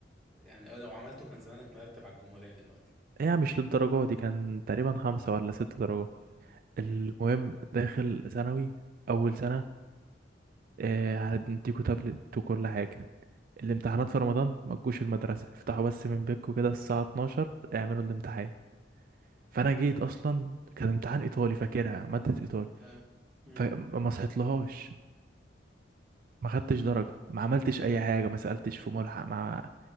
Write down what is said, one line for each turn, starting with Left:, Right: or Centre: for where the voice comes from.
Centre: يعني لو عملته كان زمانك مرتب على الجمهوريه دلوقتي
Right: يعني مش للدرجه دي كان تقريبا خمسة ولا ست درجات
Centre: مم.
Right: المهم داخل ثانوي اول سنه آه هنديكوا تابلت وكل حاجه الامتحانات في رمضان ما تجوش المدرسه افتحوا بس من بيتكم كده الساعه 12 اعملوا الامتحان فانا جيت اصلا كان امتحان ايطالي فاكرها ماده ايطالي
Centre: يا مم.
Right: فما صحيت لهاش ما خدتش درجة ما عملتش اي حاجة ما سألتش في ملحق ما